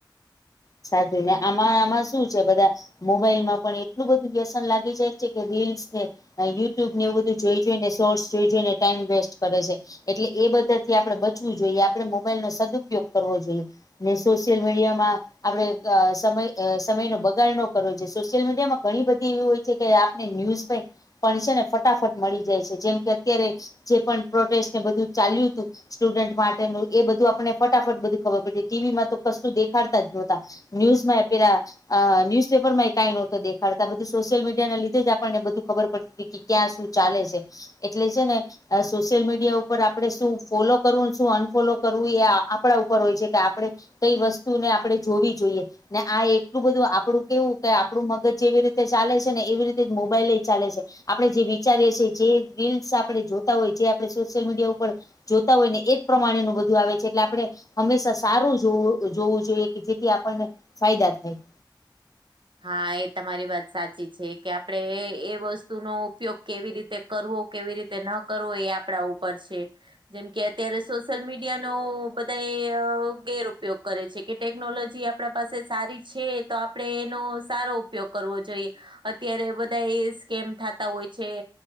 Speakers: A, on the left; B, on the right.
A: સાચું. ને આમાં-આમાં શું છે બધા મોબાઈલમાં પણ એટલું બધું વ્યસન લાગ ગી જાય છે, કે રિલ્સ ને અ યુટ્યુબને એવું બધું જોઈ જોઈને, શોર્ટસ જોઈ જોઈને ટાઈમ વેસ્ટ કરે છે. એટલે એ બધાથી આપણે બચવું જોઈએ. આપણે મોબાઈલ નો સદ ઉપયોગ કરવો જોઈએ. ને સોશિયલ મીડિયામાં આપણે સમય અ સમયનો બગાડ નો કરવો જોઈએ. સોશિયલ મીડિયા માં ઘણી બધી એવી હોય છે કે આપને ન્યૂઝ <unintelligible> પણ છે ને ફટાફટ મળી જાય છે. જેમ કે અત્યારે જે પણ પ્રોટેસ્ટ ને બધું ચાલ્યું તું સ્ટુડન્ટ માટેનું એ બધું આપણે ફટાફટ બધું ખબર પડે ટીવીમાં તો કશું દેખાતા જ નો હતા ન્યુઝમાં પેલા અ ન્યુઝ પેપરમાં કાઈ નોતા દેખાડતા બધું સોશિયલ મીડિયા ના લીધે જ આપણને બધું ખબર પડતી તી ત્યાં શું ચાલે છે? એટલે છે ને.. સોશિયલ મીડિયા ઉપર આપડે શું ફોલો કરવું શું અનફોલો કરવું એ આપડા ઉપર હોય છે કે આપડે કઈ વસ્તુને આપડે જોવી જોઈએ? ને આ એટલું બધું આપડું કેવું કે આપડું મગજ જેવી રીતે ચાલે છે ને એવી રીતે જ મોબાઈલ ચાલે છે. આપડે જે વિચારીએ છીએ જે રીલ્સ આપડે જોતા હોય જે આપડે સોશિયલ મીડિયા ઉપર જોતા હોય ને એ જ પ્રમાણે નું બધું આવે છે એટલે આપડે હંમેશા સારું જોવું જોવું જોઈએ કે જેથી આપણને ફાયદા થાય
B: હા, એ તમારી વાત સાચી છે કે આપડે એ વસ્તુનો ઉપયોગ કેવી રી તે કરવો કેવી રીતે ન કરવો એ આપડા ઉપર છે જેમ કે અત્યારે સોશિયલ મીડિયાનો બધા એ ગેરપયોગ કરે છે. કે ટેકનોલોજી આપડા પાસે સારી છે તો આપડે એનો સારો ઉપયોગ કરવો જોઈએ. અત્યારે બધા એ સ્કેમ થાતા હોય છે